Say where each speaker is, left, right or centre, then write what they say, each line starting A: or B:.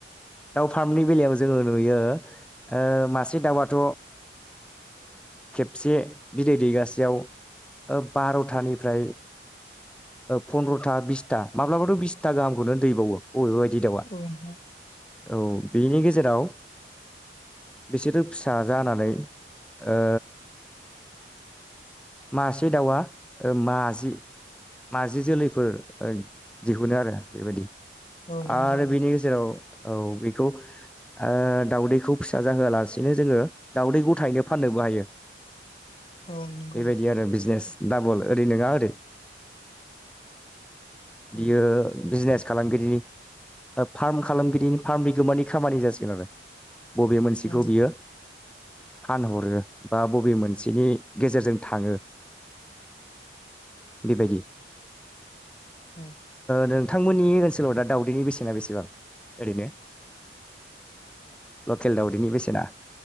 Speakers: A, in the centre; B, on the left.
A: दाउ फार्मनि बेलायाव जोङो नुयो ओ मासे दाउआथ' खेबसे बिदै दैगासेयाव ओ बार'थानिफ्राय पनन्द्र'था बिसथा माब्लाबाथ' बिसथा गाहामखौनो दैबावो अबे बादि दाउआ
B: औ नोंथां
A: औ बेनि गेजेराव बिसोरो फिसा जानानै ओ मासे दाउआ माजि माजि जोलैफोर दिहुनो आरो बेबायदि।
B: औ नंगौ
A: आरो
B: औ
A: बेनि गेजेराव औ बेखौ ओ दाउदैखौ फिसा जाहोआलासिनो जोङो दाउदै गथायैनो फाननोबो हायो।
B: औ नंगौ
A: बेबायदि आरो बिजनेस डाबल ओरै नङा ओरै।
B: औ
A: बियो बिजनेस खालामगिरिनि फार्म खालामगिरिनि फार्म बिगोमानि खामानि जासिगोन आरो बबे मोनसेखौ
B: औ
A: बियो फानहरो बा बबे मोनसेनि गेजेरजों थाङो बेबायदि
B: औ
A: नोंथांमोननि ओनसोलाव दा दाव दैनि बेसेना बेसेबां ओरैनो लकेल दावदैनि बेसेना